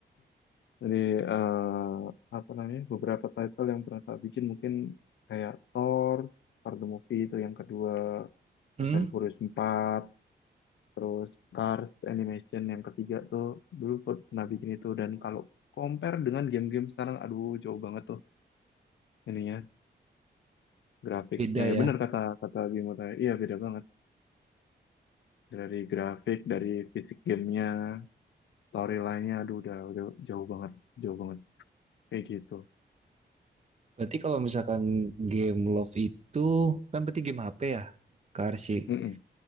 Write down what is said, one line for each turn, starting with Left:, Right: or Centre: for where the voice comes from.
Left: Jadi eh, apa namanya beberapa title yang pernah tak bikin mungkin kayak Thor, Thor the Movie itu yang kedua, Fast
Right: Hmm,
Left: and Furious 4, terus Cars Animation yang ketiga tuh dulu per- pernah bikin itu dan kalau compare dengan game-game sekarang aduh jauh banget tuh ininya grafiknya
Right: beda ya.
Left: ya benar kata kata Bimo tadi iya beda banget dari grafik dari fisik gamenya storyline-nya aduh udah, udah jauh banget jauh banget kayak gitu
Right: Berarti kalau misalkan game Love itu kan berarti game HP ya, Kak Arsy.
Left: mm -mm,